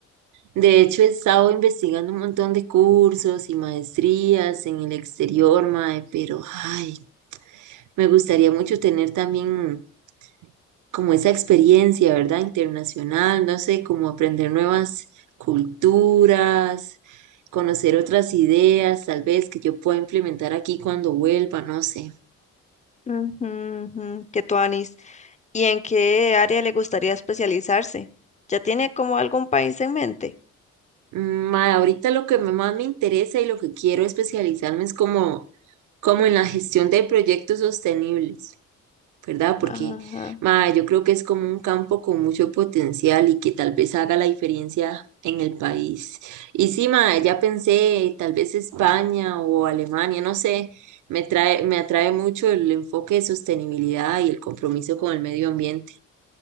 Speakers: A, on the right; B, on the left.
A: De hecho, he estado investigando un montón de cursos y maestrías en el exterior, mae, pero ay, me gustaría mucho tener también como esa experiencia, ¿verdad? Internacional, no sé, como aprender nuevas culturas, conocer otras ideas, tal vez que yo pueda implementar aquí cuando vuelva, no sé.
B: Ujú, ujú, qué tuanis. ¿Y en qué área le gustaría especializarse? ¿Ya tiene como algún país en mente?
A: Ma, ahorita lo que me- más me interesa y lo que quiero especializarme es como, como en la gestión de proyectos sostenibles, ¿verdad? Porque
B: Ajá.
A: ma, yo creo que es como un campo con mucho potencial y que tal vez haga la diferencia en el país. Y sí, ma, ya pensé, tal vez España o Alemania, no sé, me trae, me atrae mucho el enfoque de sostenibilidad y el compromiso con el medio ambiente.